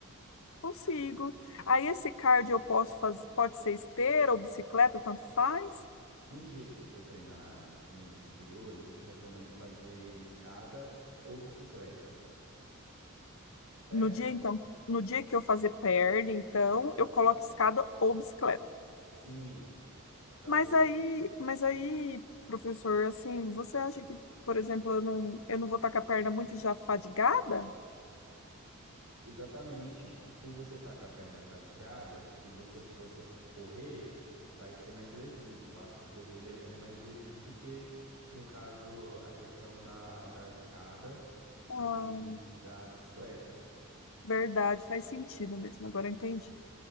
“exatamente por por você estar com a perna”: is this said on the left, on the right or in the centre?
Right